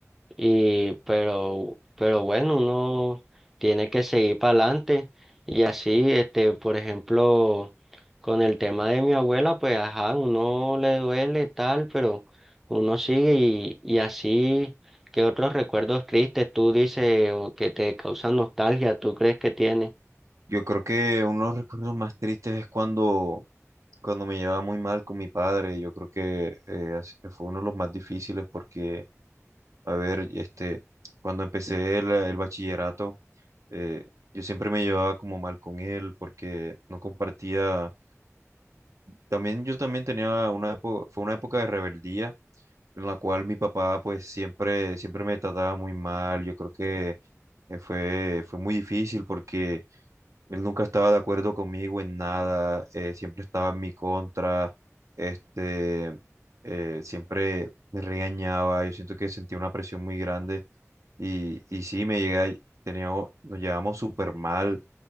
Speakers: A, in the centre; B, on the right.
A: Y, pero, pero bueno, uno tiene que seguir para adelante. Y así, este, por ejemplo, con el tema de mi abuela, pues ajá, uno le duele tal, pero uno sigue y, y así, ¿qué otros recuerdos tristes tú dices o que te causan nostalgia, tú crees que tienes?
B: Yo creo que uno de los recuerdos más tristes es cuando, cuando me llevaba muy mal con mi padre, yo creo que eh, así fue uno de los más difíciles porque, a ver, y este, cuando empecé el, el bachillerato, eh, yo siempre me llevaba como mal con él porque no compartía. También yo también tenía una época, fue una época de rebeldía en la cual mi papá pues siempre, siempre me trataba muy mal. Yo creo que eh, fue, fue muy difícil porque él nunca estaba de acuerdo conmigo en nada, eh, siempre estaba en mi contra. Este, eh, siempre me regañaba, yo siento que sentía una presión muy grande y, y sí, me llegué, a- teníamos, nos llevamos súper mal,